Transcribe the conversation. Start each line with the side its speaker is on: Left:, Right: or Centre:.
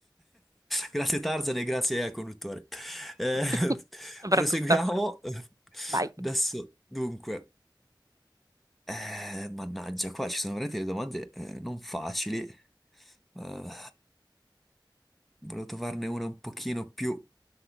Centre: Grazie Tarzan e grazie al conduttore. Eh,
Right: <laughs> Soprattutto.
Centre: proseguiamo.
Right: Vai,
Centre: Adesso, dunque, eh, mannaggia, qua ci sono veramente le domande eh, non facili. Eh, Volevo trovarne una un pochino più,